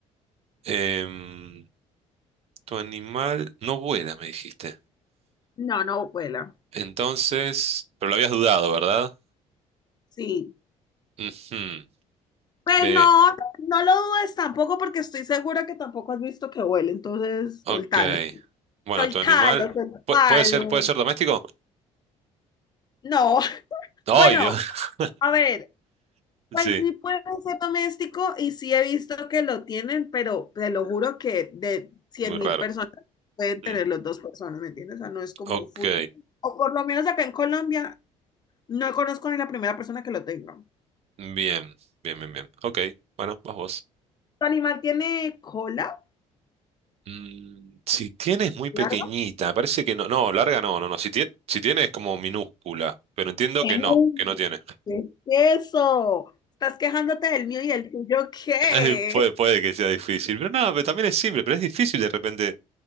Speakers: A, on the right; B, on the left.
A: Em, tu animal no vuela, me dijiste.
B: no, no vuela.
A: Entonces, pero lo habías dudado, ¿verdad?
B: Sí,
A: Ujú.
B: pues
A: Eh,
B: no, no lo dudes tampoco porque estoy segura que tampoco has visto que huele, entonces
A: Ok.
B: soltalo,
A: Bueno,
B: soltalo,
A: tu animal
B: soltalo.
A: pu- puede ser, puede ser doméstico.
B: No, <laughs>
A: ¡Ay,
B: bueno,
A: Dios! <laughs>
B: a ver. Pues
A: Sí,
B: sí puede ser doméstico y sí he visto que lo tienen, pero te lo juro que de cien
A: muy raro.
B: mil personas pueden
A: Mm,
B: tener los dos personas, ¿me entiendes? O sea, no es como
A: Ok.
B: full. O por lo menos acá en Colombia no conozco ni la primera persona que lo tenga.
A: Bien, bien, bien, bien. Ok. Bueno, vas vos.
B: ¿Tu animal tiene cola?
A: Mm, si tienes muy pequeñita,
B: Claro.
A: parece que no. No, larga no, no, no. Si tiene, si tiene es como minúscula, pero entiendo
B: ¡Ey!
A: que no, que no tiene. <laughs>
B: ¿Qué es eso? ¿Estás quejándote del mío y el tuyo qué?
A: Eh, Puede, puede que sea difícil, pero no, pero también es simple, pero es difícil de repente.